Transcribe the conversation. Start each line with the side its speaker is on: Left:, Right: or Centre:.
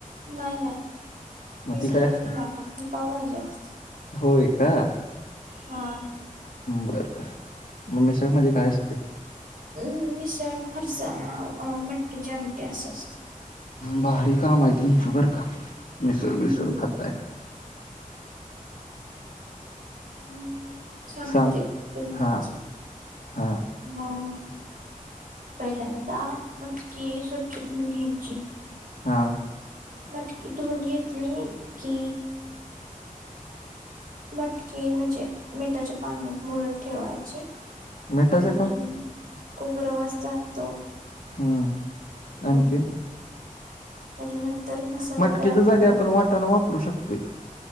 Right: नाही नाही
Left: मग
Right: मिसळ
Left: काय असतं?
Right: ती नाही ती पावभाजी असते.
Left: होय का!
Right: हां.
Left: बर बर मग मिसळ मध्ये काय असते.
Right: म मिसळ फरसाणा मटकीच्या आमटी असं असते.
Left: भारी काम आहे. तुमचं बरं का मिसळ
Right: हम्म
Left: बीसळ खाताय.
Right: हम्म सांगते
Left: सांग
Right: बनवायची
Left: हां, हां,
Right: म पहिल्यांदा मटकी स्वच्छ धुऊन घ्यायची.
Left: हा.
Right: मटकी धुऊन घेतली कि मटकी म्हणजे मिठाच्या पाण्यात मुरत ठेवायची
Left: मिठाच्या
Right: म्हणजे
Left: का?
Right: उग्र वास जातो
Left: हम्म
Right: हम्म.
Left: आणखीन
Right: त्याच्यानंतर मसाला
Left: मटकीच्या
Right: तयार
Left: जागी
Right: करा
Left: आपण वटाणा वापरू शकतोय का?